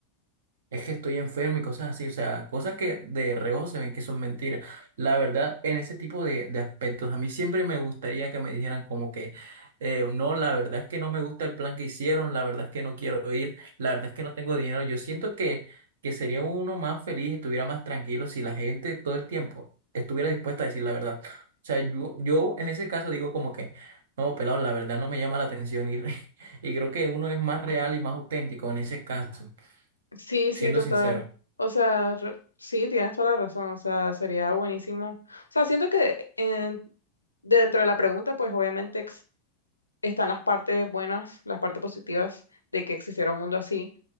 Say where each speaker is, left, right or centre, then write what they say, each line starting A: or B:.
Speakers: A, on the right; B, on the left.
A: es que estoy enfermo y cosas así, o sea, cosas que de reojo se ven que son mentiras. La verdad, en ese tipo de, de aspectos, a mí siempre me gustaría que me dijeran como que, eh, no, la verdad es que no me gusta el plan que hicieron, la verdad es que no quiero ir, la verdad es que no tengo dinero. Yo siento que, que sería uno más feliz y estuviera más tranquilo si la gente todo el tiempo estuviera dispuesta a decir la verdad. O sea, yo, yo en ese caso digo como que, no, pelado, la verdad no me llama la atención ir, <laughs> y y creo que uno es más real y más auténtico en ese caso,
B: Sí, sí,
A: siendo
B: total.
A: sincero.
B: O sea, re- sí, tienes toda la razón. O sea, sería buenísimo. O sea, siento que en- dentro de la pregunta, pues obviamente ex- están las partes buenas, las partes positivas de que existiera un mundo así